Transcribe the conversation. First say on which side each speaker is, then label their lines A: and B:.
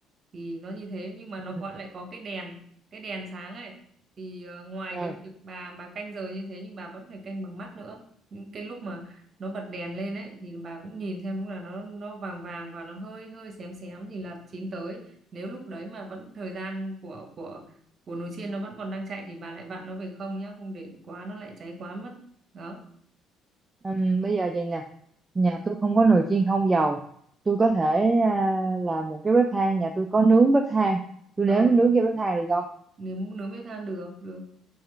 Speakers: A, on the right; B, on the right.
A: thì nó như thế nhưng mà nó
B: ừ.
A: có lại có cái đèn cái đèn sáng ấy thì ờ, ngoài
B: Ừ.
A: cái việc bà bà canh giờ như thế nhưng bà vẫn phải canh bằng mắt nữa những cái lúc mà nó bật đèn lên ấy thì bà cũng nhìn xem lúc nào nó nó vàng vàng và nó hơi hơi xém xém thì là chín tới nếu lúc đấy mà vẫn thời gian của của của nồi chiên nó vẫn còn đang chạy thì bà lại vặn nó về không nhá không để quá nó lại cháy quá mất đó
B: Ừm, bây giờ vậy nè nhà tôi không có nồi chiên không dầu tôi có thể à, làm một cái bếp than nhà tôi có nướng bếp than tôi
A: ờ,
B: nếm nướng cái bếp than được không
A: nướng nướng bếp than được được